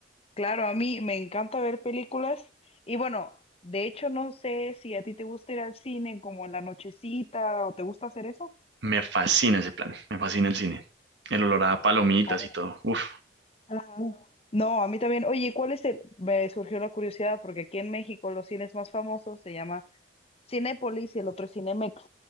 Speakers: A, on the left; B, on the right.
A: claro, a mí me encanta ver películas y bueno, de hecho no sé si a ti te gusta ir al cine como en la nochecita o te gusta hacer eso.
B: Me fascina ese plan, me fascina el cine, el olor a palomitas
A: A ver,
B: y todo. Uf,
A: Ajá. uh, No, a mí también. Oye, ¿cuál es el? Me surgió la curiosidad porque aquí en México los cines más famosos se llama Cinépolis y el otro es Cinemex.